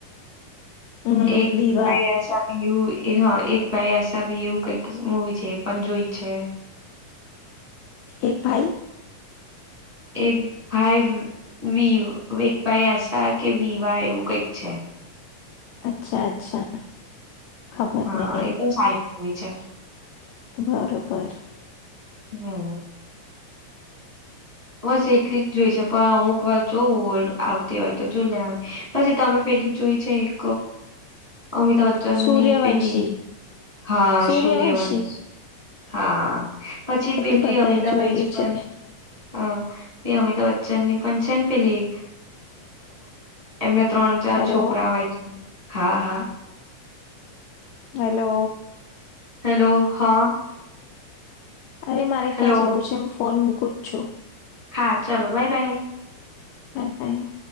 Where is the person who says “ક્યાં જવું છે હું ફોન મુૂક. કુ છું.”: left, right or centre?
Left